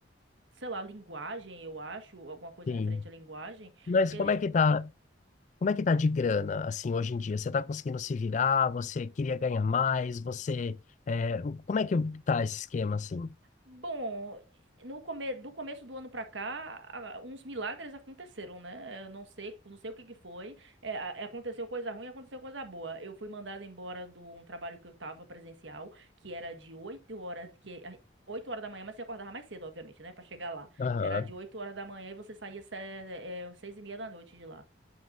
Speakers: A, on the right (about 80°); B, on the left (about 40°).
A: Sei lá, linguagem, eu acho, alguma coisa
B: Sim.
A: referente à linguagem,
B: Mas
A: porque
B: como é que tá, como é que tá de grana, assim, hoje em dia? Você tá conseguindo se virar? Você queria ganhar mais? Você, é, como é que tá esse esquema, assim?
A: Bom, no come... do começo do ano pra cá, a- uns milagres aconteceram, né? Eu não sei, não sei o que que foi. É, a- aconteceu coisa ruim, aconteceu coisa boa. Eu fui mandada embora de um trabalho que eu tava presencial, que era de 8 horas, que a- 8 horas da manhã, mas você acordava mais cedo, obviamente, né? Pra chegar lá.
B: Aham,
A: Era de 8 horas da manhã e você saía se- é, 6 e meia da noite de lá.